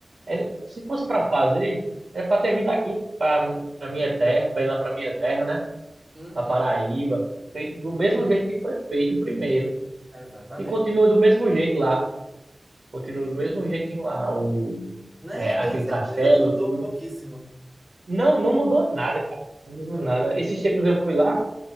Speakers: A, on the right; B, on the right.
A: é- se fosse pra fazer, era pra ter vindo aqui, pra, pra minha terra, pra ir lá pra minha terra, né?
B: Uhum,
A: para Paraíba, feito do mesmo jeito que foi feito o primeiro.
B: exatamente.
A: E continua do mesmo jeito lá. Continua do mesmo jeitinho lá, o,
B: Né,
A: é, aquele
B: tenho certeza
A: castelo,
B: que mudou
A: tudo.
B: pouquíssimo.
A: Não, não mudou nada, cara. Não mudou
B: É.
A: nada. Esses tempos eu fui lá,